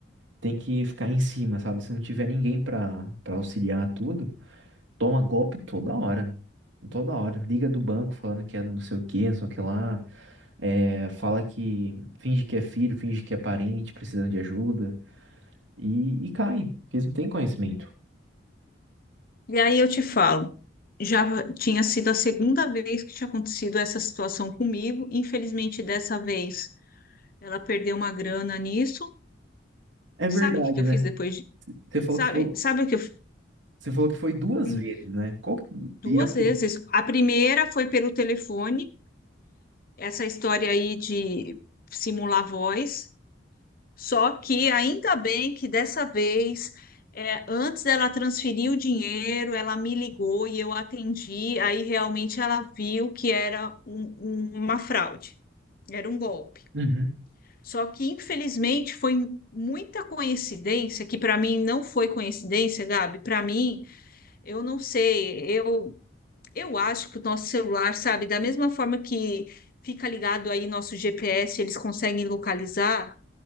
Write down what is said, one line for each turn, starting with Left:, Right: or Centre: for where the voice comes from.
Right: tem que ficar em cima, sabe? Se não tiver ninguém pra, pra auxiliar tudo, toma golpe toda hora. Toda hora. Liga do banco falando que é não sei o que, não sei o que lá. É, fala que finge que é filho, finge que é parente, precisando de ajuda. E, e cai, porque eles não têm conhecimento.
Left: E aí eu te falo, já tinha sido a segunda vez que tinha acontecido essa situação comigo. Infelizmente, dessa vez ela perdeu uma grana nisso.
Right: É
Left: Sabe
Right: verdade,
Left: o que que eu
Right: né?
Left: fiz depois? de-
Right: Você falou
Left: Sabe,
Right: que foi.
Left: sabe o que eu f-
Right: Você falou que foi duas
Left: hum,
Right: vezes, né? Qual que...
Left: Duas
Right: E a primeira,
Left: vezes. A primeira foi pelo telefone, essa história aí de simular voz. Só que ainda bem que dessa vez, é, antes dela transferir o dinheiro, ela me ligou e eu atendi. Aí realmente ela viu que era um- um- uma fraude, era um golpe.
Right: Uhum.
Left: Só que infelizmente foi muita coincidência, que para mim não foi coincidência, Gabi. Para mim, eu não sei, eu, eu acho que o nosso celular, sabe, da mesma forma que fica ligado aí nosso GPS, eles conseguem localizar